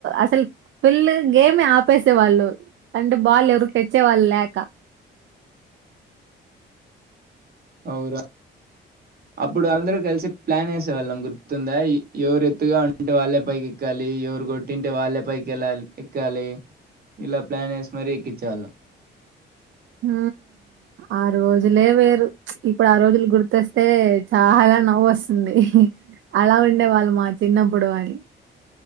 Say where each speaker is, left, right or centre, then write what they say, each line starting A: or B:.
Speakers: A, on the right (about 70°); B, on the right (about 50°).
A: అసలు ఫిల్ గేమ్ ఆపేసే వాళ్ళు అంటే బాల్ ఎవరు తెచ్చే వాళ్ళు లేక
B: అవురా అప్పుడు అందరూ కలిసి ప్లాన్ వేసేవాళ్ళం గుర్తుందా ఎవరు ఎత్తుగా ఉంటే వాళ్ళ పైకి ఎక్కాలి ఎవరు కొట్టింటే వాళ్ళే పైకి ఇలా ఎక్కాలి ఇలా ప్లాన్ వేసి మరీ ఎక్కించేవాళ్ళం
A: హ ఆ రోజులే వేరు ఇప్పుడు ఆ రోజులు గుర్తొస్తే చాలా నవ్వు వస్తుంది అలా ఉండే వాళ్ళు మా చిన్నప్పుడు అని